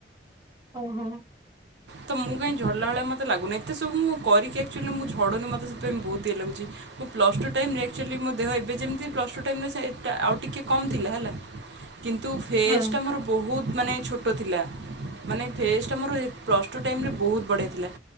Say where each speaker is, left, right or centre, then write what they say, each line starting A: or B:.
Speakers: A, on the right (about 15°); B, on the right (about 85°).
A: ଓ ହୋ।
B: ତ ମୁଁ କାହିଁ ଝଡ଼ିଲା ଭଳିଆ ମୋତେ ଲାଗୁନି ଏତ ସବୁ ମୁଁ କରିକି ଆକ୍ଚୁଆଲି ମୁଁ ଝଡ଼ୁନି ମତ ସେପାଇଁ ବହୁତ ଇଏ ଲୁଛି ମୁ ପଲସ୍ ଟୁ ଟାଇମ୍ରରେ ଆକ୍ଚୁଆଲି ମୋ ଦେହ ଏବେ ଯେମିତି ପ୍ଲସ୍ ଟୁ ଟାଇମ୍ ସେ ଆଉ ଟିକେ କମ୍ ଥିଲା ହେଲା। କିନ୍ତୁ ଫେସ୍ଟା
A: ହଁ
B: ମୋର ବହୁତ ମାନେ ଛୋଟ ଥିଲା ମାନେ ଫେସ୍ଟା ମୋର ପ୍ଲସ ଟୁ ଟାଇମ୍ ରେ ବହୁତ ବଢ଼ିଆ ଥିଲା।